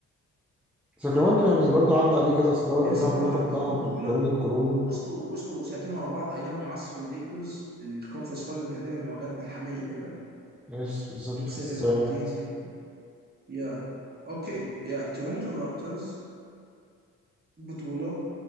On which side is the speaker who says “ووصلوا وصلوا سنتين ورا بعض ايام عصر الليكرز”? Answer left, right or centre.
Right